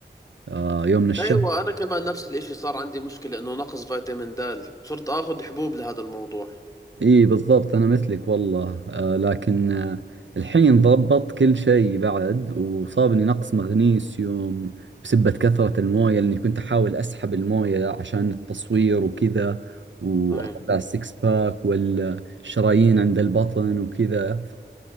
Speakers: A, on the right; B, on the left.
A: آه يوم من الشهر
B: أيوة أنا كمان نفس الإشي صار عندي مشكلة إنه نقص فيتامين د صرت آخذ حبوب لهذا الموضوع
A: اي بالضبط انا مثلك والله آه لكن آه الحين ضبط كل شيء بعد وصابني نقص مغنيسيوم بسبة كثرة الموية لاني كنت احاول اسحب الموية عشان التصوير وكذا واطلع
B: صحيح
A: السكس باك والشرايين عند البطن وكذا